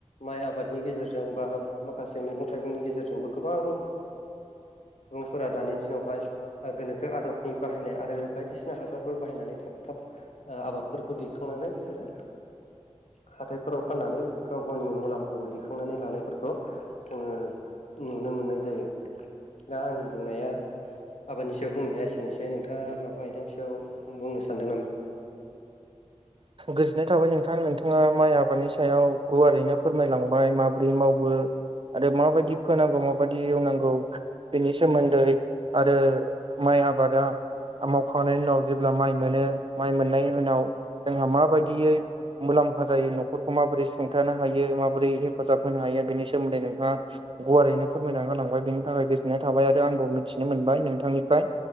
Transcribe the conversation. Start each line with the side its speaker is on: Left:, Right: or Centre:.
Left: माइ आबादनि गेजेरजों बा माखासे मैगं थाइगंनि गेजेरजोंबो गोबां ओ सुबुंफोरा दानि दिनावहाय गोनोखो आदब नि बाहायनाय आरो बायदिसिना हासारफोर बाहायनानै थाब थाब आबादफोरखौ दैखांनानै बिसोरो हाथथायफोराव फाननानै गाव गावनि मुलाम्फाखौ दिखांनानै लानायफोरखौ जोङो नुनो मोननाय जायो। दा आंनि बुंनाया आबादनि सायाव बुंनाया एसेनोसै जै नोंथाङा माबा आयदानि सआव बुंनो सानदों नामा?
Right: गोजोननाय थाबाय नोंथां नोंथाङा माइ आबादनि सायाव गुवारैनो फोरमायलांबाय माबोरै मावो आरो माबायदि फोनांगौ माबायदि एवनांगौ। बेनि सोमोन्दै आरो माइ आबादा मावखांनायनि उनाव जेब्ला माइ मोनो माइ मोननायनि उनाव जोंहा माबायदियै मुलाम्फा जायो न'खरखौ माबोरै सुंथानो हायो माबोरै हेफाजाब होनो हायो बेनि सोमोन्दै नोंथाङा गुवारैनो फोरमायना गालांबाय बेनि थाखाय गोजोननाय थाबाय आरो आंबो मिथिनो मोनबाय नोंथांनिफ्राय